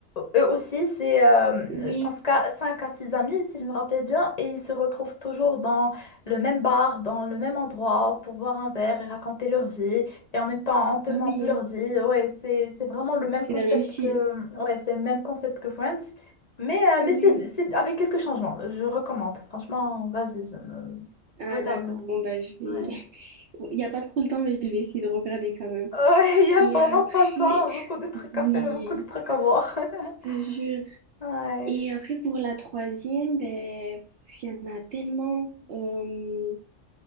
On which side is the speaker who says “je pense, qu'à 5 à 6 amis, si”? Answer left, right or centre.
Left